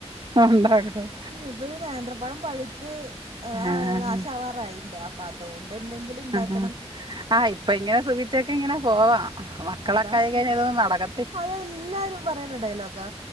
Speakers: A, on the right; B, on the right.
A: ഉണ്ടാക്കും
B: ണ്ടാക്കും ഹ് വ് നേന്ത്ര പഴം പഴുത്ത് അഹ്
A: ആഹ്
B: നാശാവാറായിണ്ട് അപ്പൊ അതോണ്ട് എന്തെങ്കിലും ണ്ടാക
A: അ ആ ഇപ്പൊ ഇങ്ങനെ സുഖിച്ചൊക്കെ ഇങ്ങനെ പോവാ മക്കളൊക്കെ
B: അതാണ്
A: ആയി കഴിഞ്ഞൽ ഇതൊന്ന് നടക്ക
B: അതെല്ലാരും പറയുന്ന ഡയലോഗാ